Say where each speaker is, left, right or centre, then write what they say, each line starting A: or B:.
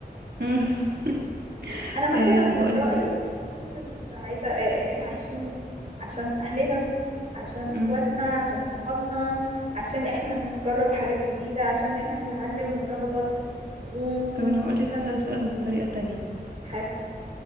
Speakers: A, on the right; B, on the right.
A: مم. <laughs>
B: انا مثلا
A: آه
B: من
A: هقولك
B: رأيي بشوف ان السعادة اه، آه، احنا عايشين عشان اهلنا عشان اخواتنا
A: مم.
B: عشان صحابنا عشان احنا نجرب حاجات جديدة عشان احنا نتعلم ونغلط ونقوم
A: طب انا هقولك
B: عشان
A: هسألك سؤال بطريقة تانية
B: حاله